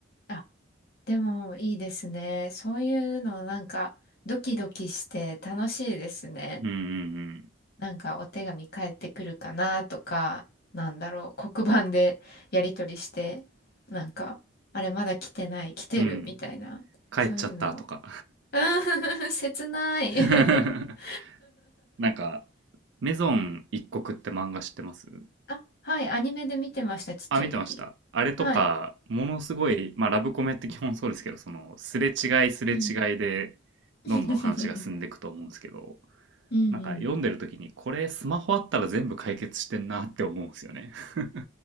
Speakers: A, on the left; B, on the right.
A: あ、でもいいですね。そういうのなんかドキドキして楽しいですね。
B: うんうん
A: なんかお手紙返ってくるかなとか、なんだろう、黒板でやり取りして、なんか、あれまだ来てない、来てるみたいな、
B: うん。うん。帰っちゃったとか。
A: そういうの。<laughs> うん、<laughs> 切ない。
B: <laughs>
A: <laughs>
B: なんか、メゾン一国って漫画知ってます
A: あ、はい、アニメで見てました、ちっちゃい時。
B: あ、見てました。あれとか、
A: はい。
B: ものすごい、まあ、ラブコメって基本そうですけど、その、すれ違いすれ違いで、
A: うん。<laughs>
B: どんどん話が進んでいくと思うんですけど、
A: うんうん。
B: なんか読んでる時に、これスマホあったら全部解決してんなって思うんですよね。<laughs>